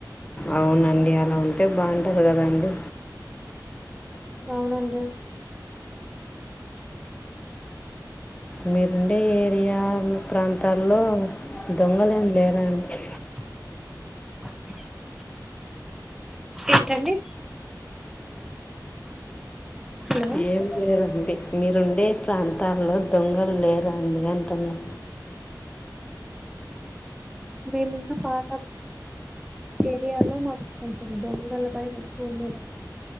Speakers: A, on the left; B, in the centre.
A: అవునండి అలా ఉంటే బాగుంటది కదండి
B: అవునండి
A: మీరుండే ఏరియా ప్రాంతాల్లో దొంగలెమ్ లేరా అండి
B: <inaudible> ఏంటండి హలో
A: ఏం లేదండి మీరుండే ప్రాంతాల్లో దొంగలు లేరా అండి అంటన్నా
B: మేమున్న పాతఓ ఏరియాలో మాకు కొంచెం దొంగల భయం ఎక్కువ ఉండేదండీ